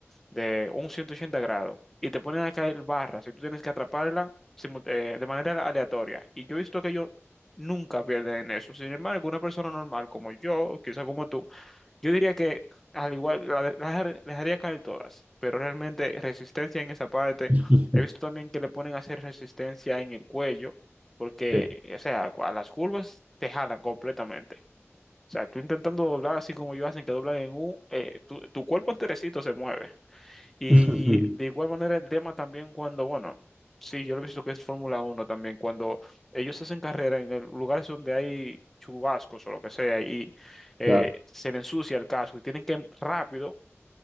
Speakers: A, in the centre; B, on the right (about 30°).
A: de un 180 grados y te ponen a caer barras y tú tienes que atraparla simu- eh, de manera aleatoria. Y yo he visto que ellos nunca pierden en eso. Sin embargo, una persona normal como yo, o quizá como tú, yo diría que al igual la de- las dejar- las dejaría caer todas, pero realmente resistencia en esa parte.
B: <laughs>
A: He visto también que le ponen a hacer resistencia en el cuello, porque,
B: Sí.
A: o sea, a las curvas te jalan completamente. O sea, tú intentando doblar así como ellos hacen que doblan en U, eh, tu, tu cuerpo enterecito se mueve. Y
B: <laughs>
A: de igual manera el tema también cuando, bueno, sí, yo lo he visto que es Fórmula Uno también, cuando ellos hacen carrera en el- lugares donde hay chubascos o lo que sea y eh,
B: Claro.
A: se le ensucia el casco y tienen que rápido